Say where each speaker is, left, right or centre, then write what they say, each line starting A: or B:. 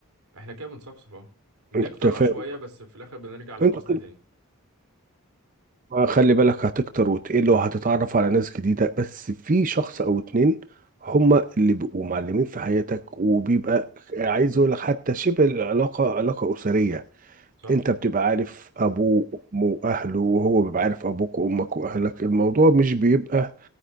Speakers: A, on the right; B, on the right.
A: احنا كده بنصفصف اهو بنكتر
B: انت فاهم
A: اه شوية بس في الآخر بنرجع للأصل
B: انتوا كده
A: تاني
B: خلي بالك هتكتر وتقل وهتتعرف على ناس جديدة بس في شخص أو اتنين هما اللي بيبقوا معلمين في حياتك وبيبقى عايز أقول لك حتى شبه العلاقة علاقة أسرية
A: صح؟
B: انت بتبقى عارف ابوه وامه واهله وهو بيبقى عارف ابوك وامك واهلك الموضوع مش بيبقى